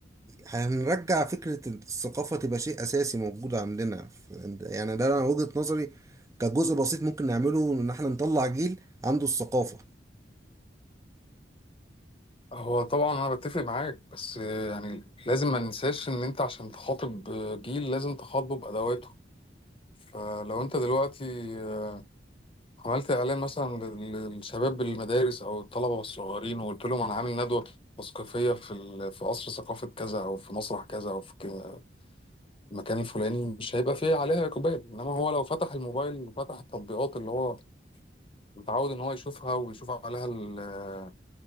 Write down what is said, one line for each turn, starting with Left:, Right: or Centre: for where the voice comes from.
Right: هنرجع فكرة الثقافة تبقى شيء أساسي موجود عندنا ف- يعني ده أنا وجهة نظري كجزء بسيط ممكن نعمله إن إحنا نطلع جيل عنده الثقافة
Left: هو طبعا أنا بتفق معاك بس يعني لازم ما ننساش إن أنت عشان تخاطب جيل لازم تخاطبه بأدواته فلو أنت دلوقتي آه، عملت إعلان مثلا لل- للشباب بالمدارس أو الطلبة الصغيرين وقلت لهم أنا عامل ندوة تثقيفية في ال- في قصر ثقافة كذا أو في مسرح كذا أو في كده المكان الفلاني مش هيبقى فيه عليها إقبال إنما هو لو فتح الموبايل وفتح التطبيقات اللي هو متعود ان هو يشوفها ويشوف عليها ال-